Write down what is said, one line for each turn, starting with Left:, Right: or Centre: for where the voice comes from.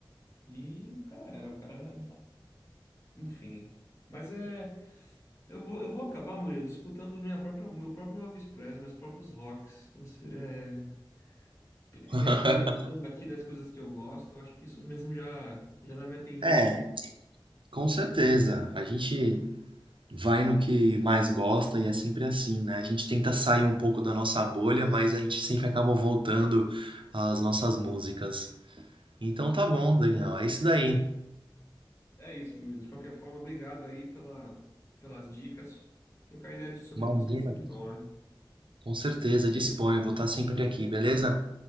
Left: E o cara era, o cara era, enfim. Mas é. Eu vou, eu vou acabar, Murilo, escutando minha própria, meu próprio Elvis Presley, meus próprios rocks. Você, é, re-
Right: <laughs>
Left: fui lembrando aqui das coisas que eu gosto, eu acho que isso mesmo já, já vai me atender
Right: É,
Left: muito bem.
Right: com certeza. A gente vai no que mais gosta e é sempre assim, né? A gente tenta sair um pouco da nossa bolha, mas a gente sempre acaba voltando às nossas músicas. Então tá bom, Daniel. É isso daí.
Left: É isso, Murilo. De qualquer forma, obrigado aí pela, pelas dicas. Trocar ideia de- sobre
Right: Imagina.
Left: música é sempre bom, né?
Right: Com certeza, disponho. Vou estar sempre aqui, beleza?